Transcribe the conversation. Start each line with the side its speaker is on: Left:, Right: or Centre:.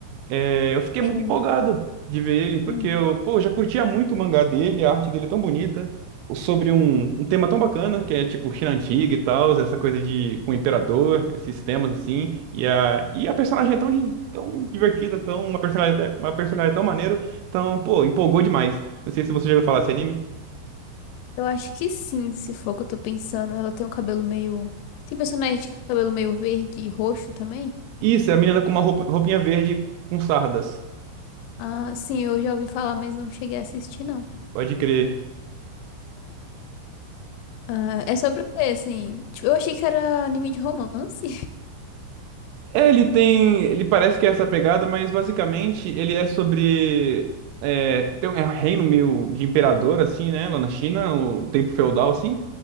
Right: É, eu fiquei
Left: É.
Right: muito empolgado de ver ele, porque
Left: Hum.
Right: eu, pô, eu já curtia muito o mangá dele, a arte dele é tão bonita, o- sobre um, um tema tão bacana, que é tipo China Antiga e tal, essa coisa de com o imperador, esses temas assim, e a, e a personagem é tão, di- tão divertida, tão, uma personalidade, uma personalidade tão maneira, então, pô, empolgou demais. Não sei se você já ouviu falar desse anime.
Left: Eu acho que sim, se for o que eu tô pensando. Ela tem um cabelo meio. Tem personagem de cabelo meio verde e roxo também?
Right: Isso, é a menina com uma roupa, roupinha verde com sardas,
Left: Ah, sim, eu já ouvi falar, mas não cheguei a assistir, não.
Right: pode crer.
Left: Ah, é sobre o quê, assim? Tipo, eu achei que era anime de romance.
Right: É, ele tem. Ele parece que é essa pegada, mas basicamente ele é sobre. É, tem um, é um reino meio de imperador, assim, né? Lá na China, o tempo feudal, assim.